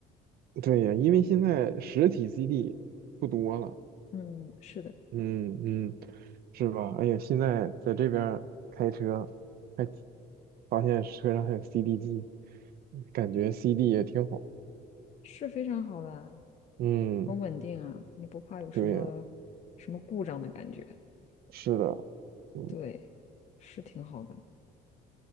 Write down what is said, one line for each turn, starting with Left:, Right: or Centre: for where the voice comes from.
Right: 对呀，因为现在实体 CD 不多了。
Left: 嗯，是的，
Right: 嗯嗯，是吧？哎呀，现在在这边儿开车，还发现车上还有 CD 机，感觉 CD 也挺好。
Left: 是非常好的，
Right: 嗯，
Left: 很稳定啊，你不怕有什么
Right: 对呀，
Left: 什么故障的感觉。
Right: 是的，嗯
Left: 对，是挺好的。